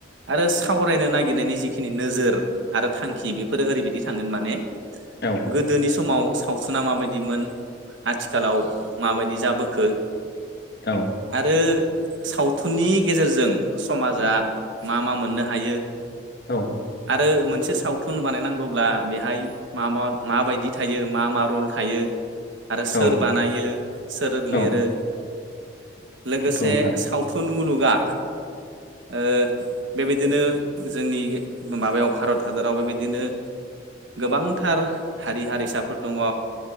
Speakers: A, on the right; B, on the left.
A: आरो सावरायनो नागिरदों नागिरनायनि जिखिनि नोजोर आरो थांखि बेफोरो ओरैबायदि थांगोन माने
B: औ।
A: गोदोनि समाव सावथुना माबायदिमोन आथिखालाव माबायदि जाबोखो
B: औ।
A: आरो सावथुननि गेजेरजों समाजा मा मा मोननो हायो
B: औ।
A: आरो मोनसे सावथुन बानायनांगौब्ला बेहाय मा माबायदि थायो मा मा रल थायो आरो सोर
B: औ
A: बानायो सोर लिरो
B: औ
A: लोगोसे
B: नंगौ नोंथां
A: सावथ थुन मुलुगा ओ बेबायदिनो जोंनि माबायाव भारत हादराव बेबायदिनो गोबांथार हारि हारिसाफोर दङ